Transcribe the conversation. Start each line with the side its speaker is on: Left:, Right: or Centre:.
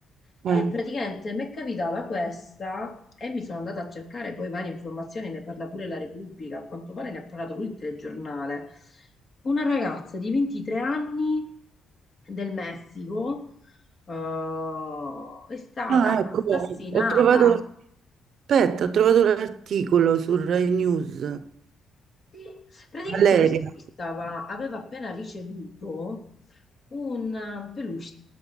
Left: E
Right: Eh. è?
Left: praticamente mi è capitata questa e mi sono andata a cercare poi varie informazioni, ne parla pure la Repubblica, a quanto pare ne ha parlato pure il telegiornale. Una ragazza di 23 anni del Messico eh, è stata
Right: Ah,
Left: assassinata.
Right: ecco, ho trovato, aspetta, ho trovato l'articolo su Rai News.
Left: Sì. Praticamente
Right: Valeria.
Left: questa qui stava- aveva appena ricevuto un eh, peluche,